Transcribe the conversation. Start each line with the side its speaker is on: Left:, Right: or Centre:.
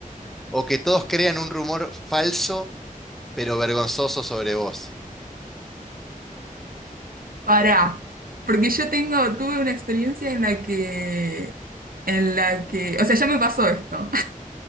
Centre: o que todos crean un rumor falso pero vergonzoso sobre vos?
Right: Pará, porque yo tengo, tuve una experiencia en la que, en la que, o sea, ya me pasó esto.